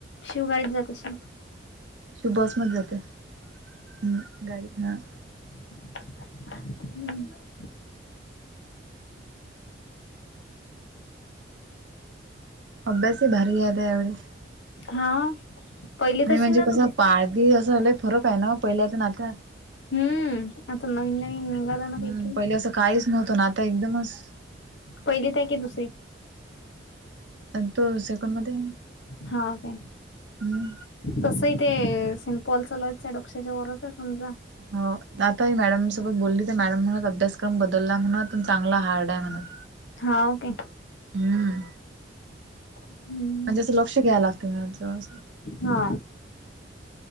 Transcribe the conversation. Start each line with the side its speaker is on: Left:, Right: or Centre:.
Left: शिवगााडीच जात अशील
Right: शिव बस मत जाते हम् गाडी ना
Left: हम्म
Right: अभ्यास ही भारी आता या वेळेस
Left: हा पहिली
Right: नाही
Left: तशी
Right: म्हणजे
Left: ना
Right: कसं
Left: तू दुसरी
Right: पादी असं झालंय फरक आहे ना पहिल्या तर नात्यात
Left: हम्म आता नवीन नवीनंगदा ना
Right: हम्म
Left: काही
Right: पहिले असं काहीच नव्हतं ना आता एकदमच
Left: पहिलीत आहे की दुसरी
Right: आणि तो सेकंड मध्ये
Left: हा ओके
Right: हम्म
Left: तसही ते सेंट पॉल चलावायचं डक्षाच्या वरच आहे समजा
Right: हो आता हे मॅडम सोबत बोलली तर मॅडम म्हणत अभ्यासक्रम बदलला म्हणत चांगला हार्ड आहे म्हणत.
Left: हाव काय.
Right: हम्म,
Left: हम्म
Right: म्हणजे असं लक्ष घ्याय लागतील म
Left: हा.